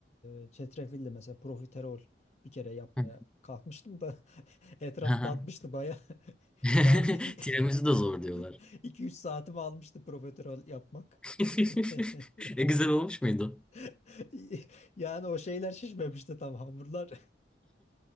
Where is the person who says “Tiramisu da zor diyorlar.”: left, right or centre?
Centre